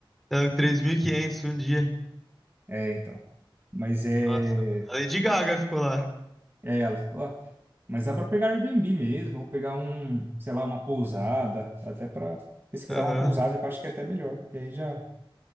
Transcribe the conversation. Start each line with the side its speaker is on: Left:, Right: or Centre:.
Centre: é louco, 3.500 um dia.
Right: É, então. Mas é.
Centre: Nossa, mano. A Lady Gaga ficou lá.
Right: É ela. falou, ó, Mas dá pra pegar Airbnb mesmo, ou pegar um, sei lá, uma pousada. Dá Até pra pesquisar
Centre: Aham.
Right: uma pousada, que eu acho que é até melhor. Porque aí já,